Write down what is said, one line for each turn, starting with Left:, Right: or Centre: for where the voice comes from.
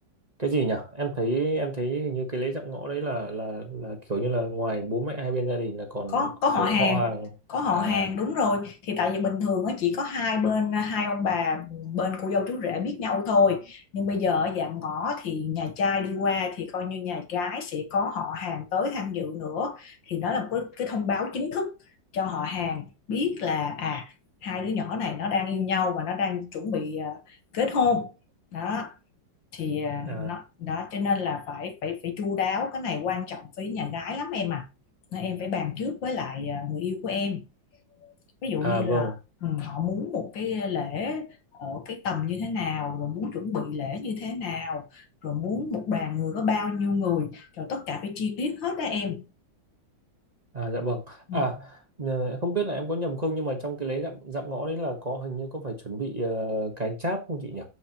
Right: cái gì nhỉ em thấy em thấy hình như cái lễ dạm ngõ đấy là là là kiểu như là ngoài bố mẹ hai bên gia đình là còn
Left: có có họ
Right: kiểu
Left: hàng
Right: họ hàng
Left: có họ
Right: à
Left: hàng đúng rồi thì tại vì bình thường á chỉ có hai bên hai ông bà bên cô dâu chú rể biết nhau thôi nhưng bây giờ ở dạm ngõ thì nhà trai đi qua thì coi như nhà gái sẽ có họ hàng tới tham dự nữa thì đó là một cái, cái thông báo chính thức cho họ hàng biết là à hai đứa nhỏ này nó đang yêu nhau và nó đang chuẩn bị à, kết hôn đó thì à,
Right: à
Left: nó đó cho nên là phải phải phải chu đáo cái này quan trọng với nhà gái lắm em à nên em phải bàn trước với lại à, người yêu của em ví dụ
Right: à
Left: như là
Right: vâng
Left: ừ, họ muốn một cái lễ ở cái tầm như thế nào rồi muốn chuẩn bị lễ như thế nào rồi muốn một đoàn người có bao nhiêu người rồi tất cả phải chi tiết hết đó em
Right: à dạ vâng à
Left: ừ.
Right: nhờ- em không biết là em có nhầm không nhưng mà trong cái lễ dạm dạm ngõ đấy là có hình như có phải chuẩn bị ờ, cái cháp không chị nhỉ